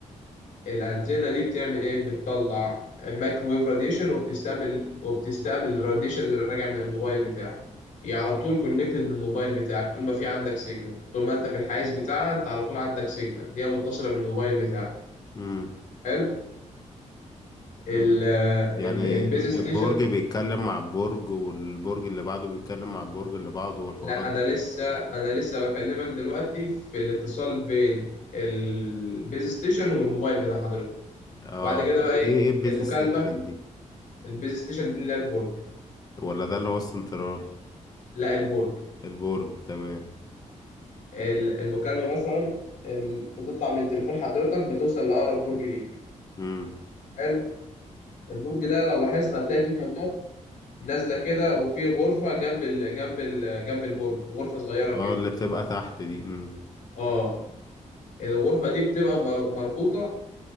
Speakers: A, on the left (about 80°); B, on the left (about 30°).
A: الأنتنة دي بتعمل إيه؟ بتطلع مايكرويف راديشن وبتستقبل وبتستقبل الراديشن اللي راجع من الموبايل بتاعك هي على طول كونكتد بالموبايل بتاعك طول ما في عندك سيجنال طول ما أنت في الحيز بتاعها أنت على طول عندك سيجنال هي متصلة بالموبايل بتاعك
B: امم
A: حلو ال
B: أمم. يعني
A: ال البيز
B: البرج
A: ستيشن
B: بيتكلم مع البرج والبرج اللي بعده بيتكلم مع البرج اللي بعده والحوارات
A: لا
B: دي
A: أنا
B: كلها
A: لسه أنا لسه بكلمك دلوقتي في الاتصال بين البيز ستيشن والموبايل بتاع حضرتك
B: اه
A: وبعد كده بقى
B: ايه
A: إيه
B: ايه إيه البيز
A: المكالمة
B: ستيشن دي
A: البيز ستيشن دي اللي هي البرج
B: ولا ده اللي هو السنترال
A: لا البرج
B: البرج تمام
A: ال- المكالمة مثلا ال- بتطلع من تليفون حضرتك بتوصل لأقرب برج ليك
B: امم
A: حلو البرج ده لو لاحظت هتلاقي فيه كابلات نازلة كده وفي غرفة جنب ال جنب ال جنب البرج غرفة صغيرة كده
B: اه اللي بتبقى تحت دي امم
A: اه الغرفة دي بتبقى م- مربوطة